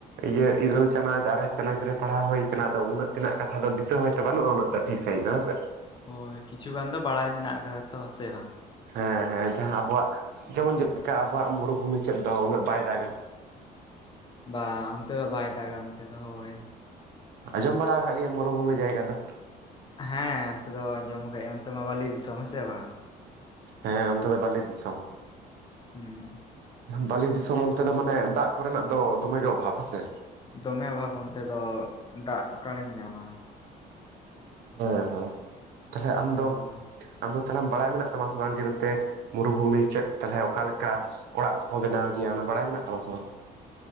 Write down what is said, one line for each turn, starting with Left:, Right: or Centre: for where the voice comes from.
Right: ᱤᱭᱟᱹ ᱤᱨᱟᱹᱞ ᱪᱟᱱᱟᱪ ᱟᱨᱮ ᱪᱟᱱᱟᱪ ᱨᱮ ᱯᱟᱲᱦᱟᱣ ᱦᱩᱭ ᱠᱟᱱᱟ ᱩᱱᱟᱹᱜ ᱛᱮᱱᱟᱜ ᱠᱟᱛᱷᱟ ᱫᱚ ᱫᱤᱥᱟᱹ ᱦᱚᱭ ᱛᱚ ᱵᱟᱹᱱᱩᱜᱼᱟ ᱩᱱᱟᱹᱜ ᱫᱚ᱾ ᱴᱷᱤᱠ ᱥᱟᱹᱦᱤᱡ ᱵᱟᱝ ᱥᱮ᱾
Left: ᱦᱳᱭ ᱠᱤᱪᱷᱩ ᱜᱟᱱ ᱫᱚ ᱵᱟᱲᱟᱭ ᱢᱮᱱᱟᱜ ᱟᱠᱟᱫᱟ ᱛᱚ ᱥᱮ ᱵᱟᱝ?
Right: ᱦᱮᱸ ᱦᱮᱸ ᱡᱟᱦᱟᱸ ᱟᱵᱚᱣᱟᱜ ᱡᱮᱢᱚᱱ ᱡᱮᱞᱮᱠᱟ ᱟᱵᱚᱣᱟᱜ ᱢᱩᱨᱩᱵᱷᱩᱢᱤ ᱥᱮᱫ ᱫᱚ ᱩᱱᱟᱹᱜ ᱵᱟᱭ ᱫᱟᱜᱟ᱾
Left: ᱵᱟᱝ ᱚᱱᱛᱮ ᱫᱚ ᱵᱟᱭ ᱫᱟᱜᱟ ᱚᱱᱛᱮ ᱫᱚ ᱦᱳᱭ᱾
Right: ᱟᱸᱡᱚᱢ ᱵᱟᱲᱟ ᱟᱠᱟᱫ ᱜᱮᱭᱟᱢ ᱢᱚᱨᱩᱵᱷᱩᱢᱤ ᱡᱟᱭᱜᱟ ᱫᱚ᱾
Left: ᱦᱮᱸ ᱚᱱᱛᱮ ᱫᱚ ᱟᱸᱡᱚᱢ ᱠᱟᱜ ᱟᱹᱧ ᱚᱱᱛᱮ ᱢᱟ ᱵᱟᱞᱤ ᱫᱤᱥᱚᱢ ᱦᱮᱸᱥᱮ ᱵᱟᱝ᱾
Right: ᱦᱮᱸ ᱚᱱᱛᱮ ᱫᱚ ᱵᱟᱞᱤ ᱫᱤᱥᱚᱢ᱾
Left: ᱦᱩᱸ
Right: ᱵᱟᱞᱤ ᱫᱤᱥᱚᱢ ᱚᱱᱛᱮ ᱫᱚ ᱢᱟᱱᱮ ᱫᱟᱜ ᱠᱚᱨᱮᱱᱟᱜ ᱫᱚ ᱫᱚᱢᱮ ᱜᱮ ᱚᱵᱷᱟᱵᱽ ᱦᱮᱥᱮ᱾
Left: ᱫᱚᱢᱮ ᱚᱵᱷᱟᱵ ᱚᱱᱛᱮ ᱫᱚ ᱫᱟᱜ ᱚᱠᱟᱲᱮᱢ ᱧᱟᱢᱟ᱾
Right: ᱦᱮᱸ ᱦᱮᱸ ᱛᱟᱦᱚᱞᱮ ᱟᱢ
Left: ᱦᱳᱭ
Right: ᱫᱚ ᱟᱢ ᱫᱚ ᱛᱟᱦᱚᱞᱮ ᱵᱟᱲᱟᱭ ᱢᱮᱱᱟᱜ ᱛᱟᱢᱟ ᱥᱮ ᱵᱟᱝ ᱡᱮ ᱢᱮᱱᱛᱮ᱾ ᱢᱩᱨᱩᱵᱷᱩᱢᱤ ᱥᱮᱫ ᱛᱟᱦᱚᱞᱮ ᱚᱠᱟ ᱞᱮᱠᱟ ᱚᱲᱟᱜ ᱠᱚᱠᱚ ᱵᱮᱱᱟᱣ ᱜᱮᱭᱟ ᱚᱱᱟ ᱵᱟᱲᱟᱭ ᱢᱮᱱᱟᱜ ᱛᱟᱢᱟ ᱥᱮ ᱵᱟᱝ᱾